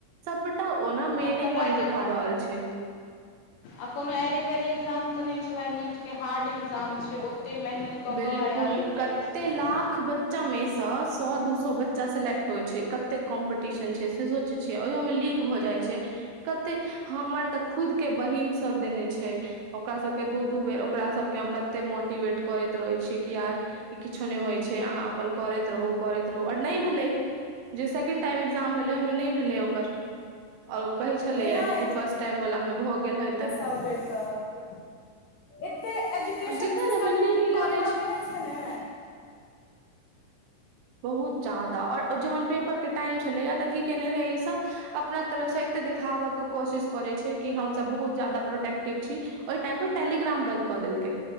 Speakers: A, on the right; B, on the left.
A: सबटा ओना मेने
B: आ तकरा
A: पॉइंट
B: जकाँ
A: उठा रहल छै
B: आ कोनो एरे गरे ए्जाम त नै छै भाइ नीट के हार्ड एक्जाम छै ओतेक मेहनत क
A: बिल्कुल
B: क भाय आदमी
A: कते
B: दै छै त
A: लाख बच्चा मे से सौ दू सौ बच्चा सेलेक्ट होइ छै कते कॉम्पटीशन छै से सोचे छै ओयो मे लीक भ जाइ छै कते हमर त खुद के बहिन सब देने छै ओकरा सभके दू दू बेर ओकरा सभके हम कते मोटिवेट करैत रहै छिये कि यार कि किछो नै होइ छै अहाँ अपन करैत रहू करैत रहू आर नै भेलै जे सेकेंड टाइम ए्जाम भेलै ओहि मे नै भेलै ओकर ओर उ कहे छलेये
B: केना
A: कि फर्स्ट टाइम वाला मे भ गेल हे त
B: से बे त एते एजुकेशन
A: आओर जेकरा
B: सिस्टम
A: लग मे लीक
B: के ढीला
A: करै
B: क देने छै ने
A: बहुत ज्याददा आओर जहन पेपर के टाइम छलैए त की केने रहे ई सभ अपना तरफसँ एतेक देखाब के कोशिश करैत छै कि हम सभ बहुत ज्यादा प्रोटेक्टिव छी ओहि टाइम पर टेलीग्राम बंद क देलकै